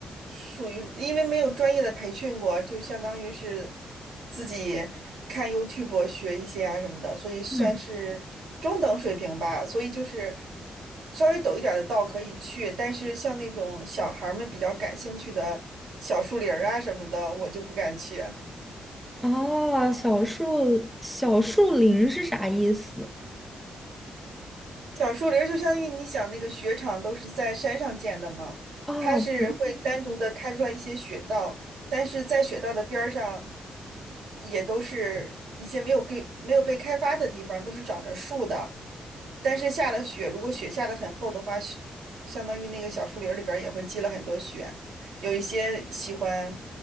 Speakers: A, on the right (about 80°); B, in the centre.
A: 属于，因为没有专业的培训过，就相当于是自己看 YouTube 学一些啊什么的，所以算是中等水平吧。
B: 嗯，
A: 所以就是稍微陡一点儿的道可以去，但是像那种小孩儿们比较感兴趣的小树林儿啊什么的，我就不敢去。
B: 哦，小树小树林是啥意思？
A: 小树林儿就相当于你想那个雪场都是在山上建的嘛，
B: 哦，
A: 它是会单独的开出来一些雪道，但是在雪道的边儿上，也都是一些没有给，没有被开发的地方，都是长着树的。但是下了雪，如果雪下得很厚的话，雪相当于那个小树林儿里边儿也会积了很多雪。有一些喜欢